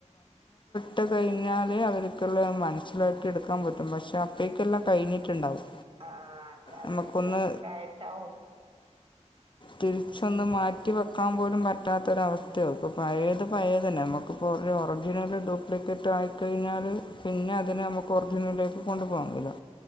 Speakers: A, on the left (about 40°); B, on the right (about 50°).
A: ട്ട് കഴിഞ്ഞാലേ അവർക്കുള്ള മൻ സിലാക്കി എടുക്കാൻ പറ്റും പക്ഷേ അപ്പേക്കെല്ലാം കഴിഞ്ഞിട്ടുണ്ടാവും
B: ആ ആഹ് അതെ
A: നമുക്കൊന്ന്
B: അത് വെശക്ക ആയിട്ടാവും
A: തിരിച്ചൊന്നും മാറ്റി വെക്കാൻ പോലും പറ്റാത്തൊരവസ്ഥയാക്കും പയേത് പയേതല്ലേ നമുക്കിപ്പോ ഒരു ഒറിജിനല് ഡ്യൂപ്ലിക്കേറ്റ് ആയിക്കഴിഞ്ഞാല് പിന്നെ അതിനെ നമുക്ക് ഒറിജിനലിലേക്ക് കൊണ്ടു പോകാൻ കഴില്ല